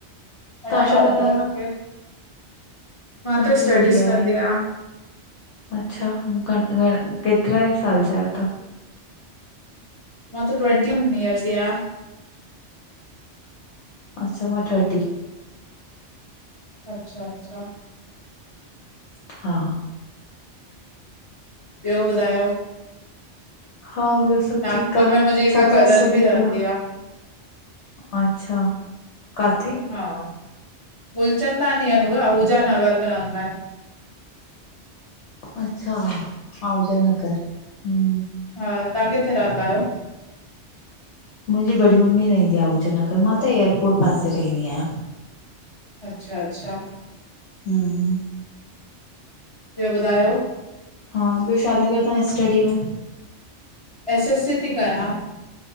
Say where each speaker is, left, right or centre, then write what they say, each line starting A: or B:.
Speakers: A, on the left; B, on the left.
A: घणा
B: तव्हां छा
A: ॿार
B: कंदा
A: अथव
B: आहियो
A: तां खे? मां
B: मुंहिंजी
A: त स्टडीज़
B: गुड़िया आहे
A: कंदी
B: हिकु
A: आहिया।
B: अच्छा गण गण केतिरे साल जा आहियो तां।
A: मां त ट्वंटी वन इयर्रस जी आहेया।
B: अच्छा मां थर्टी
A: अच्छा अच्छा
B: हा।
A: ॿियो ॿुधायो?
B: हा ॿियो सभ
A: नागपुर
B: ठीक आ।
A: में मुंहिंजी हिक
B: छा
A: कज़न
B: था स्टडी
A: बि रहंदी
B: कयो?
A: आहे
B: अच्छा काथे?
A: हा गुलचंदानी आ भैया आहूजा नगर में रहंदा आहिन।
B: अच्छा आहुजा नगर हमं
A: हा तां किथे रहंदा आहियो?
B: मुंहिंजी बड़ी मम्मी रहंदी आ आहुजा नगर मां त एयरपोर्ट पासे रहंदी आहियां।
A: अच्छा अच्छा
B: हमं
A: ॿियो ॿुधायो?
B: हा ॿियो छा था कयो त्हां स्टडी मे
A: एस एस सी थी कयां।